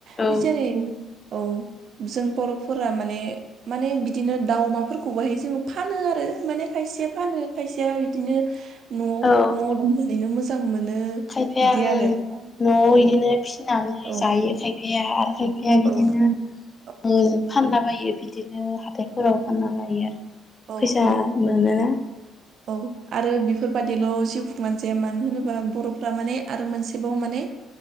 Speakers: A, on the left (about 30°); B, on the right (about 60°).
A: औ
B: बे जेरै । औ जों बर'फोरा माने माने बि बिदिनो दाउ अमाफोरखौ बाहाय जों फानो आरो मान खायसेया फानो खायसेया बिदिनो । न'आव
A: औ
B: न'आव दहैनो मोजां मोन मोन
A: खायफाया
B: बिदियानो
A: ओं न'आव
B: औ औ
A: इदिनो फिनानै
B: । औ
A: जायो खायफाया आरो
B: उम
A: खायफाया
B: ।
A: बिदिनो ओ फानला बायो बि बिदिनो हाथायफोराव फानना लायो आरो
B: औ
A: फैसा
B: औ
A: मोनो ।
B: औ आरो बेफोरबादिल' जिउ खुंनानै जाया मानो होनोबा बर'फ्रा माने आरो मोनसेबाव माने